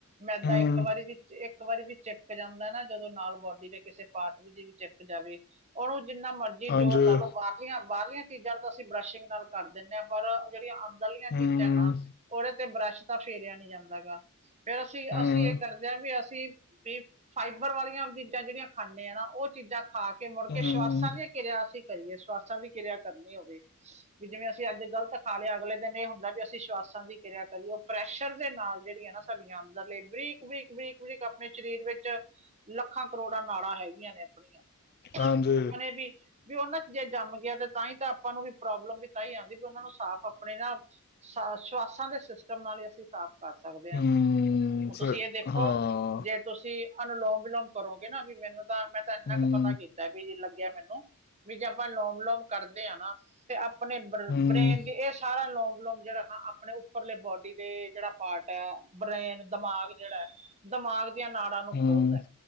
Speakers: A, on the right; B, on the left.
A: ਮੈਦਾ
B: ਹਮ
A: ਇੱਕ ਵਾਰੀ ਵੀ ਇੱਕ ਵਾਰੀ ਵੀ ਚ ਚੱਕ ਜਾਂਦਾ ਨਾ ਜਦੋਂ ਨਾਲ ਬੋਡੀ ਦੇ ਕਿਸੇ ਪਾਰਟ ਵਿੱਚ ਵੀ ਚੱਕ ਜਾਵੇ ਉਹਨੂੰ ਜਿੰਨਾ ਜੀ
B: ਹਾਂਜੀ
A: ਜ਼ੋਰ ਲਾ ਲੋ ਬਾਹਰਲੀਆਂ ਬਾਹਰਲੀਆਂ ਚੀਜ਼ਾਂ ਨੂੰ ਤਾਂ ਅਸੀਂ ਬਰਸ਼ਿੰਗ ਨਾਲ ਕਰ ਦਿੰਦੇ ਹਾਂ ਪਰ ਜਿਹੜੀਆਂ ਉਦ ਵਾਲੀਆਂ
B: ਹਮ
A: ਚੀਜ਼ਾਂ ਨਾ ਉਹਦੇ ਤੇ ਬਰੱਸ਼ ਤਾਂ ਫੇਰਿਆ ਨੀ ਜਾਂਦਾ ਗਾ ਫਿਰ ਅਸੀਂ
B: ਹਮ
A: ਅਸੀਂ ਇਹ ਕਰਦੇ ਹਾਂ ਵੀ ਅਸੀਂ ਵੀ ਫਾਈਬਰ ਵਾਲੀਆਂ ਦੀ ਚੀਾਂ ਜਿਹੜੀਆਂ ਖਾਂਦੇ ਹਾਂ ਨਾ ਉਹ ਚੀਜ਼ਾਂ ਖਾ ਕੇ ਮੁੜ
B: ਹਮ
A: ਕੇ ਸ਼ਵਾਸਾਂ ਦੀਆਂ ਕਰੀਏ ਸਵਾਸਾਂ ਦੀ ਕਿਰਿਆ ਕਰਨੀ ਹੋਵੇ ਵੀ ਜਿਵੇਂ ਅਸੀਂ ਅੱਜ ਗ਼ਲਤ ਖਾ ਲਿਆ ਅਗਲੇ ਦਿਨ ਇਹ ਹੁੰਦਾ ਵੀ ਅਸੀਂ ਦੀ ਕਿਰਿਆ ਕਰੀ ਉਹ ਪ੍ਰੈਸ਼ਰ ਦੇ ਨਾਲ ਜਿਹੜੀਆਂ ਨਾ ਸਾਡੀਆਂ ਅੰਦਰ ਲੇਬਰੀ ਬਕ ਬਰੀਕ ਬਰੀਕ ਆਪਣੇ ਸਰੀਰ ਵਿੱਚ ਲੱਖਾਂ ਕਰੋੜਾਂ ਨਾਲਾਂ ਹੈਗੀਆਂ ਨੇ ਆਪਣੀਆਂ
B: ਹਾਂਜੀ
A: ਆਪਣੇ ਵੀ ਵੀ ਉਹਨਾਂ ਚ ਜਿਹੜ ਜੰਮ ਗਿਆ ਤੇ ਤਾਂ ਹੀ ਤਾਂ ਆਪਾਂ ਨੂੰ ਵੀ ਪ੍ਰੋਬਲਮ ਵੀ ਤਾਂ ਹੀ ਆਉਂਦੀ ਵੀ ਉਹਨਾਂ ਨੂੰ ਸਾਫ਼ ਆਪਣੇ ਨਾ ਸ਼ਵਾਸਾਂ ਦੇ ਸਿਸਟਮ ਨਾਲ ਹੀ ਅਸੀਂ ਸਾਫ਼ ਕਰ ਸਕਦੇ ਹਾਂ
B: ਹਮ
A: ਹੁਣ ਤੁਸੀਂ ਇਹ ਦੇਖੋ
B: ਹਾਂ
A: ਜੇ ਤੁਸੀਂ ਅਨਲੋਮ ਵਿਿਲੋਮ ਕਰੋਗੇ ਨਾ ਵੀ ਮੈਨੂੰ ਤਾਂ ਮੈਂ ਤਾਂ ਇੰਨਾ
B: ਹਮ
A: ਕੁ ਪਤਾ ਕੀਤਾ ਵੀੀ ਲ ਮੈਨੂੰ ਵੀ ਜੇ ਆਪਾਂ ਲੋਮ ਵਿਲੋਮ ਕਰਦੇ ਹਾਂ ਨਾ ਤੇ ਆਪ ਆਪਣੇ
B: ਹਮ
A: ਬ੍ਰੇਨ ਦੀ ਇਹ ਸਾਰਾ ਲੌਗ ਲੋਂਗ ਜਿਹੜਾ ਨਾ ਆਪਣੇ ਉੱਪਰਲੇ ਬੋਡੀ ਦੇ ਜਿਹੜਾ ਪਾਰਟ ਹੈ ਬ੍ਰਰੇਨ ਦਿਮਾਗ ਜਿਹੜਾ ਹੈ ਦਿਮਾਗ ਨਾੜਾਂ ਨੂੰ
B: ਹਮ
A: ਖੋਲਦਾ
B: ਹਮ